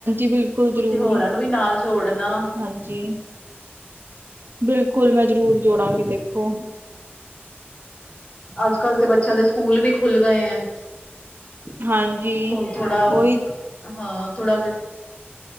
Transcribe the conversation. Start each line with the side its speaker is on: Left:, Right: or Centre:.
Right: ਬਿਲਕੁਲ
Left: ਤੁਸੀਂ
Right: ਜ਼ਰੂਰ
Left: ਹੋਰਾਂ ਨੂੰ ਵੀ ਨਾਲ ਜੋੜਨਾ।
Right: ਹਾਂਜੀ, ਬਿਲਕੁਲ ਮੈਂ ਜ਼ਰੂਰ ਜੋੜਾਂਗੀ ਦੇਖੋ।
Left: ਅੱਜ-ਕੱਲ ਤੇ ਬੱਚਿਆਂ ਦੇ ਸਕੂਲ ਵੀ ਖੁੱਲ ਗਏ ਹੈ।
Right: ਹਾਂਜੀ
Left: ਹੁਣ ਥੋੜਾ
Right: ਉਹੀ
Left: ਹਾਂ ਥੋੜਾ ਵ